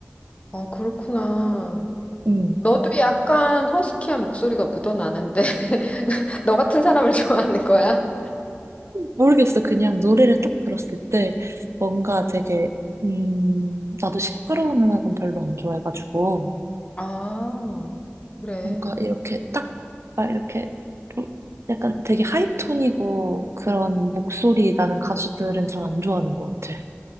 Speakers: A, on the left; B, on the right.
A: 어, 그렇구나.
B: 음
A: 너도 약간 허스키한 목소리가 묻어나는데, <laughs> 너 같은 사람을 좋아하는 거야?
B: 모르겠어. 그냥 노래를 딱 들었을 때 뭔가 되게, 음, 나도 시끄러운 음악은 별로 안 좋아해가지고,
A: 아, 그래.
B: 뭔가 이렇게 딱, 막 이렇게 좀 약간 되게 하이톤이고 그런 목소리 나는 가수들은 잘 안 좋아하는 것 같아.